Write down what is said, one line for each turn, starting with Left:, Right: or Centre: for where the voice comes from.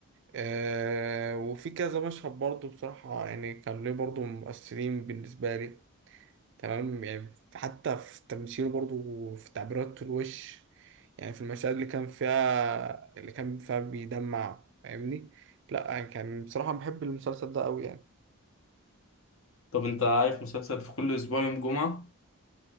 Right: أه وفي كذا مشهد برضه بصراحة يعني كان ليه برضه مؤثرين بالنسبة لي تمام يعني حتى في تمثيله برضه وفي تعبيرات الوش يعني في المشاهد اللي كان فيها اللي كان فيها بيدمع فاهمني لأ يعني كان بصراحة بحب المسلسل ده أوي يعني
Left: طب أنت عارف مسلسل في كل أسبوع يوم جمعة